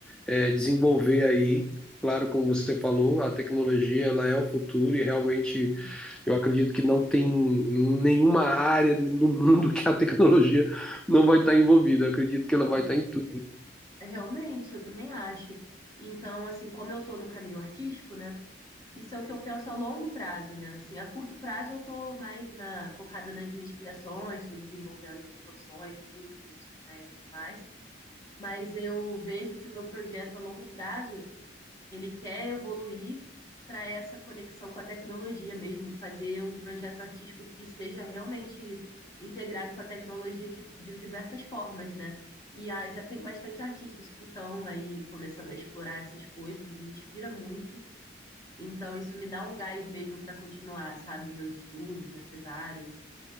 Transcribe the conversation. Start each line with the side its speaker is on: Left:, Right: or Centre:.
Centre: é, desenvolver aí. Claro, como você
Left: sim.
Centre: falou, a tecnologia ela é o futuro e realmente
Left: Uhum.
Centre: eu acredito que não tem nenhuma área no mundo que a tecnologia não vai estar envolvida. Eu acredito
Left: Total.
Centre: que ela vai estar em tudo.
Left: É, Realmente, eu também acho. Então, assim, como eu tô no caminho artístico, né? Isso é o que eu penso a longo prazo, né? Assim, a curto prazo eu tô mais na, focada nas minhas criações, tô desenvolvendo canções, músicas, né, e tudo mais. Mas eu vejo que o meu projeto a longo prazo Ele quer evoluir para essa conexão com a tecnologia mesmo, fazer um projeto artístico que seja realmente integrado com a tecnologia de, de diversas formas, né? E ah, já tem bastante artistas que estão aí começando a explorar essas coisas, me inspira muito. Então, isso me dá um gás mesmo para continuar, sabe, meus estudos nessas áreas.